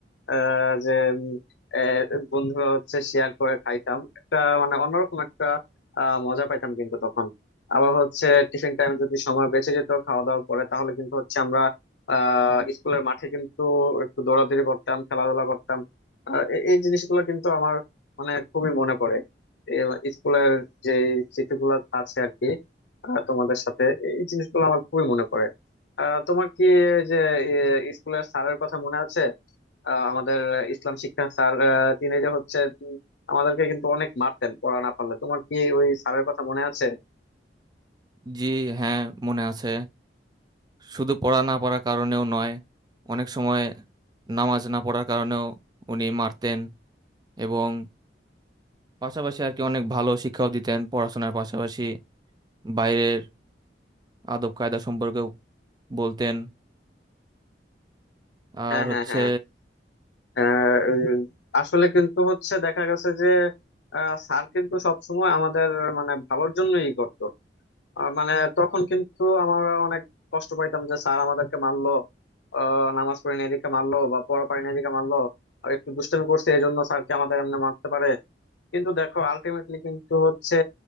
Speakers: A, on the left (about 85°); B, on the right (about 25°).
A: আহ, যে উম, আহ, বন্ধুরা হচ্ছে শেয়ার করে খাইতাম একটা মানে অন্যরকম একটা আহ, মজা পাইতাম কিন্তু তখন আবার হচ্ছে টিফিন টাইমে যদি সময় বেঁচে যেত খাওয়া দাওয়ার পরে তাহলে কিন্তু হচ্ছে আমরা আহ স্কুলের মাঠে কিন্তু একটু দৌড়াদৌড়ি করতাম খেলাধুলা করতাম আহ, এ- এই জিনিসগুলো কিন্তু আমার মানে খুবই মনে পড়ে এ- স্কুলের যে স্মৃতিগুলো আছে আর কি আহ, তোমাদের সাথে এই জিনিসগুলো আমার খুবই মনে পড়ে আহ, তোমার কি এই যে এ, স্কুলের স্যারের কথা মনে আছে আহ, আমাদের ইসলাম শিক্ষা স্যার আহ, তিনি যে হচ্ছে উম, আমাদেরকে কিন্তু অনেক মারতেন পড়া না পারলে তোমার কি ওই স্যারের কথা মনে আছে
B: জি হ্যাঁ মনে আছে শুধু পড়া না পড়ার কারণেও নয় অনেক সময় নামাজ না পড়ার কারণেও উনি মারতেন এবং পাশাপাশি আর কি অনেক ভালো শিক্ষাও দিতেন পড়াশোনার পাশাপাশি বাইরের আদব কায়দা সম্পর্কেও বলতেন আর
A: হ্যাঁ হ্যাঁ
B: হচ্ছে
A: হ্যাঁ আহ, উম, আসলে কিন্তু হচ্ছে দেখা গেছে যে আহ, স্যার কিন্তু সবসময় আমাদের মানে ভালোর জন্যই করতো আর মানে তখন কিন্তু আমরা অনেক কষ্ট পাইতাম যে স্যার আমাদেরকে মারলো আহ, নামাজ পড়ি না এদিকে মারলো বা পড়া পারি না এদিকে মারলো আর একটু দুষ্টামি করছে এই জন্য স্যারকে আমাদের এমনি মারতে পারে কিন্তু দেখো আলটিমেটলি কিন্তু হচ্ছে